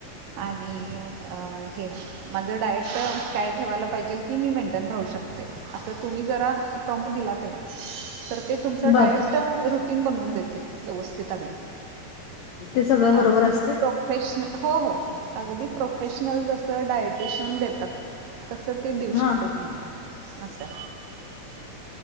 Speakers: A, on the right; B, on the left.
A: आणि हे माझं डायट का ठेवायलाहिजे की मी में राू शकते असं तुम्ही जरा प्रॉम दिला. त्याला तर ते तुमचं
B: बर
A: डायट तिनबन वंदेते व्यवस्थित अगदीिक
B: ते सगळं बरोबर
A: अगदी
B: असते
A: प्रफेशन अगदी प्र ोफेशनल जसं डायटेशन देतात. तसं ते देऊ
B: हा
A: शकते तुम्हाला असं